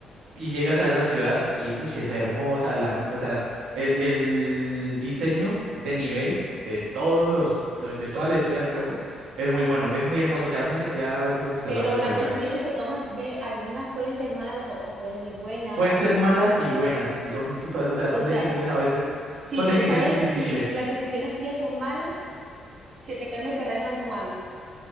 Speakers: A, on the right; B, on the right.
A: Y llegas a esa ciudad y, uy, es hermosa. La ambi- o sea, el, el diseño de nivel de todos los, de de toda la historia del juego es muy bueno, es muy hermoso. O sea, uno se queda a veces observando
B: Pero
A: el
B: las
A: paisaje.
B: decisiones que tomas de algunas pueden ser malas, otras pueden ser buenas.
A: Pueden ser malas y buenas, y son situa- o sea, son
B: O sea,
A: decisiones a veces,
B: si
A: son
B: te
A: decisiones
B: salen,
A: difíciles.
B: si, si las decisiones tuyas son malas, se te cambia el terreno algo malo.